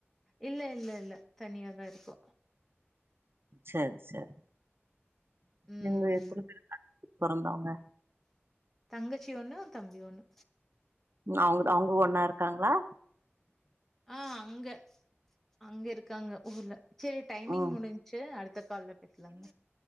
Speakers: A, in the centre; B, on the right.
A: இல்ல இல்ல இல்ல தனியாதா இருக்கோ
B: சேர் சேர்
A: ம்
B: நீங்க எத்தன
A: ம்
B: பேர் அடுத்து பொறந்தவுங்க
A: தங்கச்சி ஒண்ணு தம்பி ஒண்ணு
B: ம் அவுங்குடு அவுங்க ஒண்ணா இருக்காங்ளா
A: ஆ அங்க அங்க இருக்காங்க ஊர்ல சேர் டைமிங்
B: ம்
A: முடிஞ்ச்சு அடுத்த கால்ல பேசலாங்க